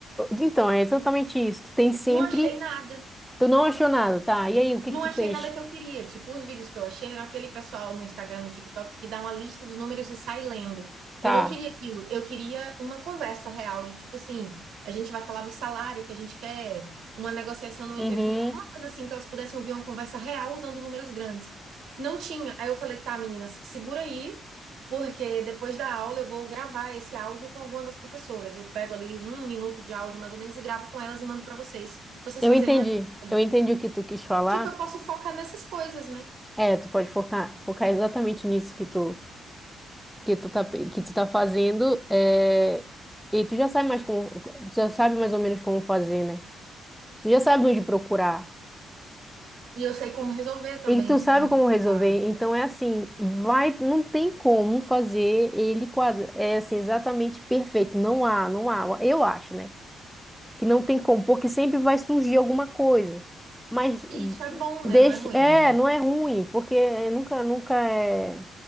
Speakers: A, in the centre; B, on the right (about 75°).
A: Então, é exatamente isso. Tu tem sempre.
B: Não achei nada.
A: Tu não achou nada, tá? E aí, o que
B: Não
A: que tu
B: achei
A: fez?
B: nada que eu queria. Tipo, os vídeos que eu achei eram aquele pessoal no Instagram, no TikTok, que dá uma lista de números e sai lendo. Eu
A: Tá.
B: não queria aquilo. Eu queria uma conversa real, de tipo assim, a gente vai falar do salário que a gente quer, uma negociação numa
A: Uhum.
B: entrevista, alguma coisa assim, que elas pudessem ouvir uma conversa real usando números grandes. Não tinha. Aí eu falei, tá, meninas, segura aí, porque depois da aula eu vou gravar esse áudio com alguma das professoras. Eu pego ali um minuto de áudio, mais ou menos, e gravo com elas e mando para vocês, pra vocês
A: Eu
B: fazerem
A: entendi.
B: uma atividade.
A: Eu entendi o que tu quis falar.
B: Tipo, eu posso focar nessas coisas, né?
A: É, tu pode focar, focar exatamente nisso que tu, que tu tá, pe- que tu tá fazendo. É... E tu já sabe mais como, tu já sabe mais ou menos como fazer, né? Tu já sabe onde procurar.
B: E eu sei como resolver também,
A: E tu
B: se
A: sabe
B: eu não
A: como
B: precisar.
A: resolver? Então é assim, vai, não tem como fazer ele quadra, é assim, exatamente perfeito. Não há, não há. Eu acho, né? Que não tem como, porque sempre vai surgir alguma coisa. Mas
B: E isso é bom, né?
A: deixa,
B: Não é ruim.
A: é, não é ruim, porque nunca, nunca é,